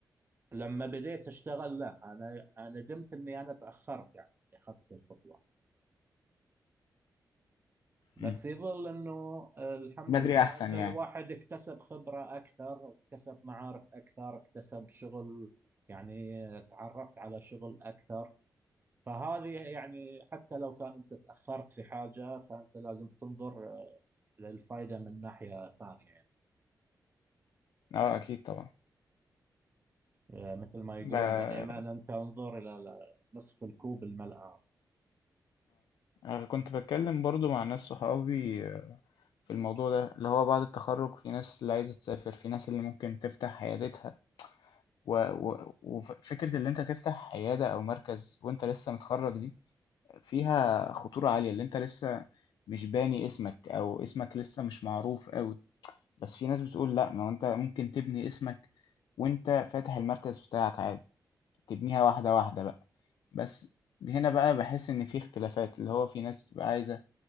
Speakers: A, on the right; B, on the left.
A: لما بديت اشتغل لا انا انا ندمت اني انا تاخرت يعني إني اخذت الخطوه بس
B: مم.
A: يظل انه آه، الحمد
B: بدري
A: لله
B: احسن
A: ان
B: يعني
A: الواحد اكتسب خبره اكثر اكتسب معارف اكثر اكتسب شغل يعني آه، تعرفت على شغل اكثر فهذه يعني حتى لو كان انت تاخرت في حاجه فانت لازم تنظر للفائده من ناحيه ثانيه يعني
B: اه اكيد طبعا
A: آه، مثل ما يقولون
B: ب... اه
A: دائما انت انظر الى نصف الكوب الملآن
B: أنا كنت بتكلم برضو مع ناس صحابي في الموضوع ده، اللي هو بعد التخرُّج في ناس اللي عايزة تسافر، في ناس اللي ممكن تفتح عيادتها و و وف فكرة اللي أنت تفتح عيادة أو مركز وأنت لسه متخرّج دي، فيها خطورة عالية، اللي أنت لسه مش باني اسمك أو اسمك لسه مش معروف أوي، بس في ناس بتقول لأ، ما هو أنت ممكن تبني اسمك وأنت فاتح المركز بتاعك عادي، تبنيها واحدة، واحدة بقى، بس هنا بقى باحس إن في اختلافات، اللي هو في ناس بتبقى عايزة